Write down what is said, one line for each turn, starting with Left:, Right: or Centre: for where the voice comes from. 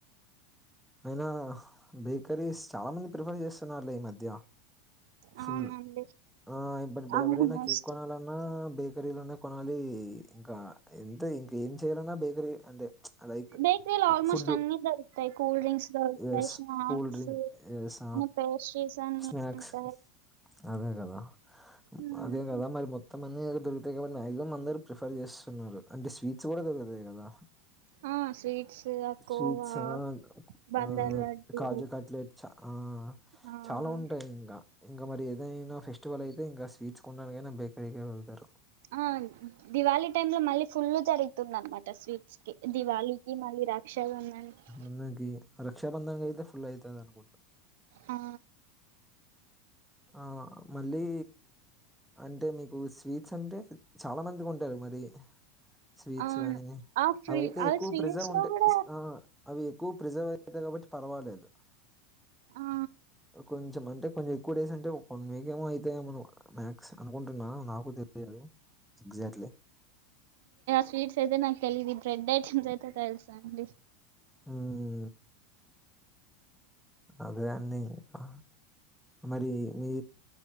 Centre: అయినా బేకరీస్ చాలా మంది ప్రిఫర్ చేస్తున్నారులే ఈ మధ్య ఫుల్
Right: అవునండి
Centre: ఆ ఇప్పుడు బేకరి
Right: ఆల్మోస్ట్
Centre: లో కేక్ కొనాల న్నా బేకరీలోనే కొనాలి ఇంకా ఎంత ఇంక ఏం చేయ్యాలన్నా బేకరీ అంటే అలైక్
Right: బేకరీలో ఆల్మోస్ట్
Centre: ఫుడ్డు
Right: అన్ని దొరుకుతాయి కూల్ డ్రింక్స్ దొరుకుతాయి
Centre: yes
Right: snacks
Centre: cool drink yes
Right: అన్ని పేస్ట్రీస్ అన్ని
Centre: స్నాక్స్
Right: ఉంటాయి
Centre: అదే కదా
Right: ఉమ్.
Centre: అదే కదా మరి మొత్తం అన్నీ దొరుకుతాయి కాబట్టి మాక్సిమం అందరు ప్రిఫర్ చేస్తున్నారు అంటే స్వీట్స్ కూడా దొరుకుతాయి కదా
Right: హా స్వీట్స్
Centre: స్వీట్స్
Right: కోవా బందర్
Centre: ఆ
Right: లడ్డు
Centre: కాజు కట్లెట్ చ ఆ
Right: ఆ
Centre: చాలా ఉంటాయి ఇంకా ఇంకా మరి ఏదైనా ఫెస్టివల్ అయితే ఇంకా స్వీట్స్ కొనడానికైనా బేకరికి వెళ్తారు
Right: ఆ దీవాలి టైమ్ లో మళ్ళీ ఫుల్లు జరుగుతుందనమాట స్వీట్ దివాలికి మళ్ళీ రక్షాబంధన్ కి
Centre: అందుకి రక్షా బంధానికి అయితే ఫుల్ అయితది అనుకుంట
Right: ఆ
Centre: ఆ మళ్ళీ అంటే మీకు స్వీట్స్ అంటే చాలా మందికి ఉంటాయి మరి స్వీట్స్
Right: అవును
Centre: గానీ
Right: ఆ ఫ్రీ
Centre: అవయితే
Right: ఆ
Centre: ఎక్కువ
Right: స్వీట్స్
Centre: ప్రిసర్వ్ ఉంటాయి
Right: లో కూడా
Centre: ఆ అవి ఎక్కువ ప్రిజర్వ్ అవుతాయి కాబట్టి పర్వాలేదు
Right: ఆ
Centre: కొంచెం అంటే కొంచెం ఎక్కువ డేస్ అంటే ఒక వన్ వీక్ ఏమో అయితయేమో మ్యాక్స్ అనుకుంటున్నా నాకు తెలియదు ఎగ్జాక్ట్లీ
Right: స్వీట్స్ అయితే నా తెలిది బ్రెడ్ ఐటెమ్స్ అయితే తెలుసు అండి
Centre: ఉం అదే అండి ఇంకా మరి మీ